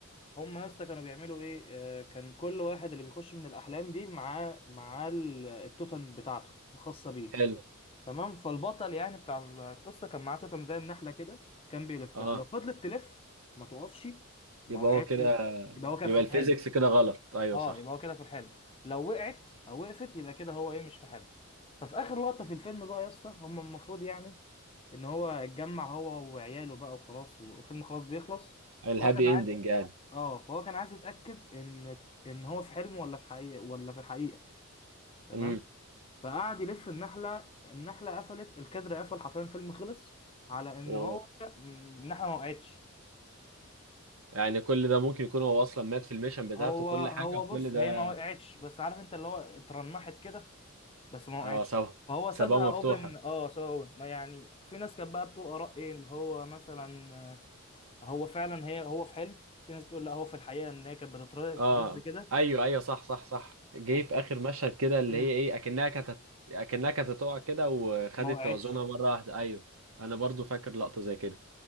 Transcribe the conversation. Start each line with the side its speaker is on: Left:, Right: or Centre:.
Left: هم يا اسطى كانوا بيعملوا ايه آه، كان كل واحد اللي بيخش من الاحلام دي معاه معاه ال- التوتم بتاعته الخاصه بيه
Right: حلو
Left: تمام فالبطل يعني بتاع القصه كان معاه توتم زي النحله كده كان بيلفها
Right: اه
Left: لو فضلت تلف ما توقفش ما
Right: يبقى
Left: وقعتش
Right: هو كده
Left: يبقى هو كان
Right: يبقى
Left: في
Right: الفيزيكس
Left: الحلم
Right: كده غلط ايوه
Left: اه
Right: صح
Left: يبقى هو كده في الحلم لو وقعت او وقفت يبقى كده هو ايه مش في حلم ففي اخر لقطه في الفيلم بقى يا اسطى هم المفروض يعني ان هو اتجمع هو وعياله بقى وخلاص والفيلم خلاص بيخلص
Right: الهابي
Left: هو كان عايز
Right: اندنج يعني
Left: اه فهو كان عايز يتأكد ان ان هو في حلم ولا في حقيقة ولا في الحقيقة تمام
Right: امم
Left: فقعد يلف النحلة النحلة قفلت الكادر قفل حرفيا الفيلم خلص على ان
Right: و...
Left: هو مم، النحلة ما وقعتش
Right: يعني كل ده ممكن يكون هو اصلا مات في الميشن بتاعته
Left: هو
Right: وكل
Left: هو
Right: حاجه وكل
Left: بص
Right: ده
Left: هي ما وقعتش بس عارف انت اللي هو اترنحت كده بس ما وقعتش
Right: اه سوا
Left: فهو
Right: سبابه
Left: سابها اوبن
Right: مفتوحه
Left: اه سابها اوبن ما يعني في ناس كانت بقى بتقول اراء ايه اللي هو مثلا آه، هو فعلا هي هو في حلم في ناس بتقول لا هو في الحقيقة ان هي كانت بتتر- بتتهز
Right: اه
Left: كده
Right: ايوه ايوه صح صح صح جه
Left: وفي...
Right: في اخر مشهد كده اللي
Left: مم،
Right: هي ايه اكنها كانت اكنها كانت هتقع كده وخدت
Left: ما وقعتش
Right: توازنها مره واحده ايوه انا برضو فاكر لقطه زي كده